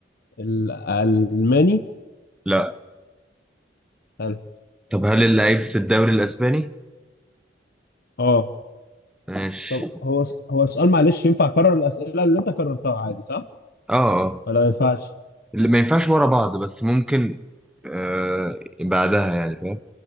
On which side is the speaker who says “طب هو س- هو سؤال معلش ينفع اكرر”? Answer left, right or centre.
Left